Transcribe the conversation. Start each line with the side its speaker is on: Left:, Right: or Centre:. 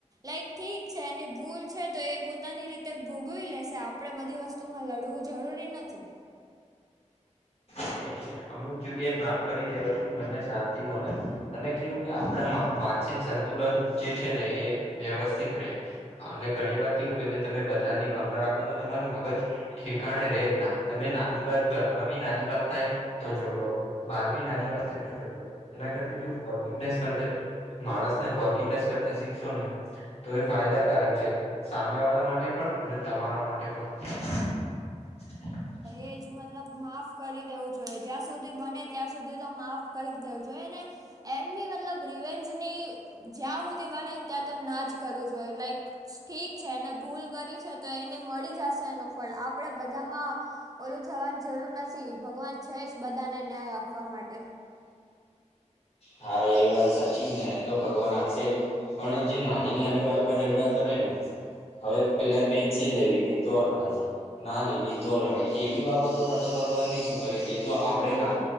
Right: લાઈક ઠીક છે એની ભૂલ છે તો એ પોતાની રીતે ભોગવી લેશે આપ આપણે બધી વસ્તુમાં લડવું જરૂરી નથી.
Left: હા એ જને અમુક જગ્યાએ માફ કરી દેવાથી મનને શાંતિ મળે. અને કેવું કે આપણા મા માનસિક સંતુલન જે છે ને એ વ્યવસ્થિત રહે. અને ઘણી વાર કેવું કે તમે બદલા ની ભાવના રાખો ને તો તમાર મગજ ઠેકાણે રે જ ના તમે નાની વાત ઘર માં બી નાની વાત થાય તો ઝગડો બાર બી નાની વાત થાય તો ઝઘડો એના કરતા જો ફોરગ્યુ નાઈશ કરતા માણસને ઓર્ગને શીખશો ને તો એ ફાયદાકારક છે સામે વાળા માટે પણ અને તમારા માટે પણ <inaudible>
Right: એ જ મતલબ માફ કરી દેવું જોઈએ જ્યાં સુધી બને ત્યાં સુધી તો માફ કરી જ દેવું જોઈએ ને એમ બી મતલબ રીવેન્જની જ્યાં સુુંધી બને ત્યાં તો ના જ કરવુ જોઈએ લાઈક ઠીક છે એને ભૂલ કરી છે તો એની મળી જશે એનું ફળ આપડે બધા એમાં ઓલું થવાની જરૂર નથી ભગવાન છે જ બધાને ન્યાય આપવા માટે
Left: હા એ વાત સાચી ન્યાય તો ભગવાન આપશે જ પણ જે નાની નાની વાતમાં જ ઝઘડા કરે ને હવે પેલા પેન્સિલ લઈ લીધી તો લડાય છે. ના લીધી તો લડે એવી બાબતો માં તો ભગવાન થી શું કરે એ તો આપણે